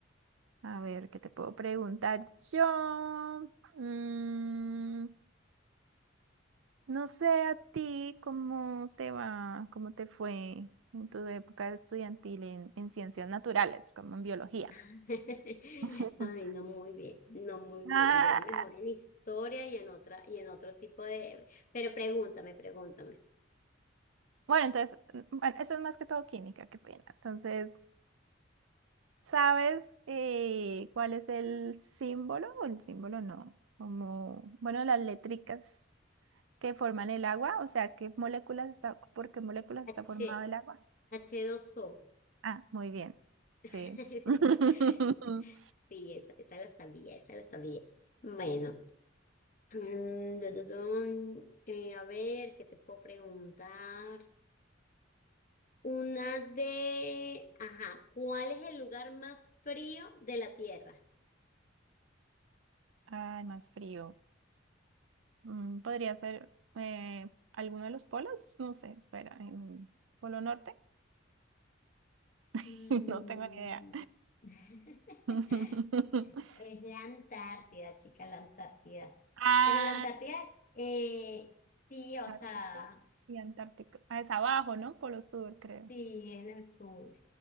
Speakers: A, on the right (about 85°); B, on the left (about 45°).
A: A ver, ¿qué te puedo preguntar yo? Mm, no sé a ti cómo te va, cómo te fue en tu época estudiantil en, en ciencias naturales, como en biología.
B: <laughs>
A: <laughs>
B: Ay, no muy bien, no muy bien.
A: Ah,
B: Yo era mejor en historia y en otra y en otro tipo de. Pero pregúntame, pregúntame.
A: bueno, entonces, mm, bueno, eso es más que todo química, qué pena. Entonces, ¿Sabes eh, cuál es el símbolo? O el símbolo no, como, bueno, las letricas que forman el agua, o sea, ¿qué moléculas está, por qué moléculas
B: H,
A: está formado el agua?
B: h dos o
A: Ah, muy bien,
B: <laughs>
A: sí. <laughs>
B: Sí, esa, esa la sabía, esa la sabía. Bueno, mm, dun, dun, dun. Eh, a ver, ¿qué te puedo preguntar? Una de... Ajá, ¿cuál es el lugar más frío de la Tierra?
A: Ay, más frío. Mm, Podría ser eh, alguno de los polos, no sé, espera, em, ¿Polo Norte? <laughs>
B: Mm.
A: No tengo ni idea.
B: <laughs>
A: <laughs>
B: Es la Antártida, chica, la Antártida.
A: Ah,
B: Pero la Antártida, eh, sí, o
A: Ártico
B: sea,
A: y Antártico. Ah, es abajo, ¿no? Polo Sur, creo.
B: sí, es en el sur.